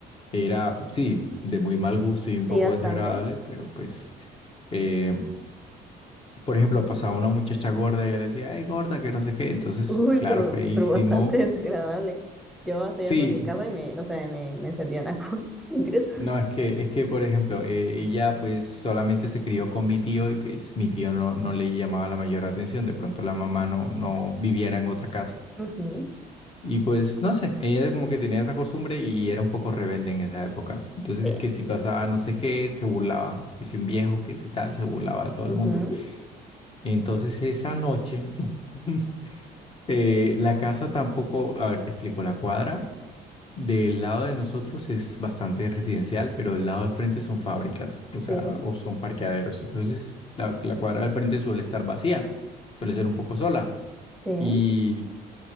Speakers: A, on the left; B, in the centre.
A: Era, sí, de muy mal gusto y un poco
B: Sí, bastante.
A: desagradable, pero pues, eh, por ejemplo, pasaba una muchacha gorda y ella le decía, ay, gorda, que no sé qué. Entonces,
B: Uy,
A: claro,
B: pero,
A: feísimo.
B: pero bastante <laughs> desagradable. Yo hacía
A: Sí,
B: eso en mi casa y me, no sé, me, me encendían a cool <laughs> Mentiras.
A: No, es que, es que, por ejemplo, eh, ella pues solamente se crió con mi tío y pues mi tío no, no le llamaba la mayor atención, de pronto la mamá no, no viviera en otra casa.
B: Ujú,
A: Y pues, no sé, ella como que tenía esa costumbre y era un poco rebelde en esa época. Entonces,
B: Sí,
A: que si pasaba no sé qué, se burlaba, que si un viejo, que si tal, se burlaba de todo
B: ujú,
A: el mundo. Entonces, esa noche, <laughs> eh, la casa tampoco, a ver, te explico, la cuadra. Del lado de nosotros es bastante residencial, pero del lado al frente son fábricas,
B: sí,
A: o sea, o son parqueaderos. Entonces, la, la cuadra del frente suele estar vacía, suele ser un poco sola
B: sí,
A: y